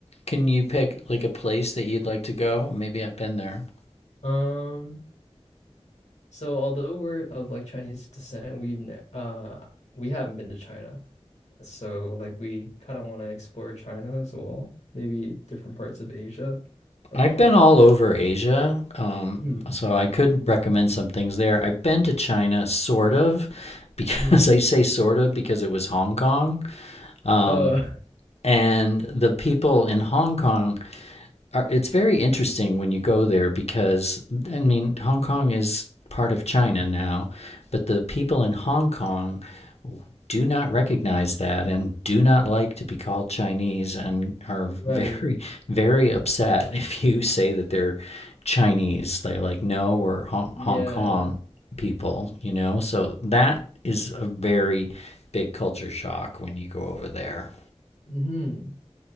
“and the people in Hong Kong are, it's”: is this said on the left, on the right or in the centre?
Left